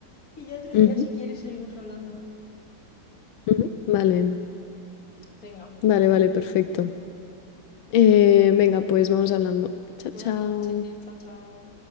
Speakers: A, on the left (about 45°); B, on the left (about 80°).
A: Y ya otro
B: ujú,
A: día, si quieres, seguimos hablando.
B: ujú. Vale,
A: Venga,
B: vale, vale, perfecto.
A: venga.
B: Eh, venga, pues vamos hablando. Chao,
A: Buenas
B: chao.
A: noches, chao, chao.